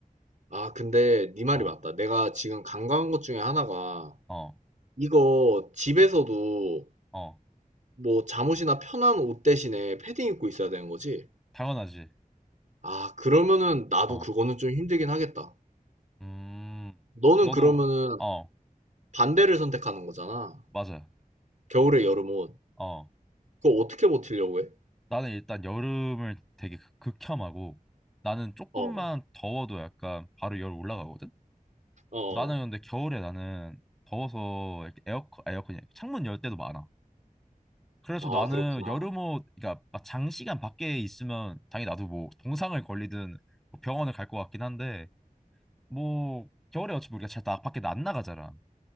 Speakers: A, on the right; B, in the centre.
A: 아 근데 네 말이
B: 어.
A: 맞다. 내가 지금 간과한 것 중에 하나가
B: 어,
A: 이거 집에서도
B: 어,
A: 뭐 잠옷이나 편한 옷 대신에 패딩 입고 있어야 되는 거지?
B: 당연하지.
A: 아 그러면은 나도
B: 어,
A: 그거는 좀 힘들긴 하겠다.
B: 음,
A: 너는
B: 그럼 너도
A: 그러면은
B: 어,
A: 반대를 선택하는 거잖아.
B: 맞아.
A: 겨울에 여름 옷.
B: 어,
A: 그거 어떻게 버티려고 해?
B: 나는 일단 여름을 되게 극- 극혐하고 나는 조금만
A: 어.
B: 더워도 약간 바로 열 올라가거든.
A: 어 어.
B: 나는 근데 겨울에 나는 더워서 이렇게 에어컨, 아, 에어컨이 아니라 창문 열 때도 많아. 그래서
A: 아
B: 나는
A: 그렇구나.
B: 여름옷, 그러니까 막 장시간 밖에 있으면 당연히 나도 뭐 동상을 걸리든 뭐 병원을 갈 것 같긴 한데 뭐 겨울에 어차피 우리가 잘 나, 밖에 안 나가잖아.